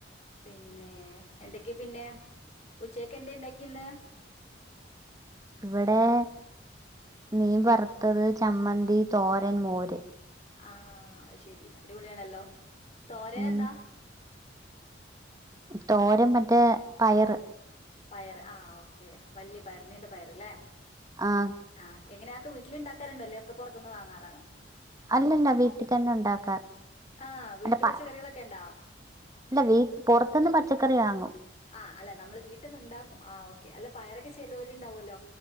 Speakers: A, on the left; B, on the right.
A: പിന്നെ എന്തൊക്കെയാ പിന്നെ ഉച്ചയ്ക്കെന്താ ഇണ്ടാക്കിയ ഇന്ന്
B: ഇവിടേ മീൻ വറുത്തത്, ചമ്മന്തി തോരൻ, മോര്
A: ആഹ് അത്ശരി അടിപൊളിയാണല്ലോ തോരനെന്താ?
B: ഉം തോരൻ മറ്റേ പയറ്
A: പയറ് ആഹ് ഓക്കെ വലിയ പയർ നീണ്ട പയറ് അല്ലേ
B: ആഹ്
A: ആഹ് എങ്ങനെയാക്ക് വീട്ടിലുണ്ടാക്കാറണ്ടല്ലേ ഒക്കെ പൊറത്ത്ന്ന് വാങ്ങാറാണോ
B: അല്ലല്ല വീട്ടി തന്നെ ഒണ്ടാക്കാ
A: ആ വീട്ടില്
B: അല്ല പ
A: പച്ചക്കറികളൊക്കെ ഉണ്ടാ
B: അല്ല വീ പൊറത്ത്ന്ന് പച്ചക്കറി വാങ്ങും.
A: ആഹ് അല്ല നമ്മള് വീട്ടിന്നുണ്ടാക്കും ആഹ് ഓക്കെ. അല്ല പയറൊക്കെ ചെലോരുണ്ടാവുവല്ലോ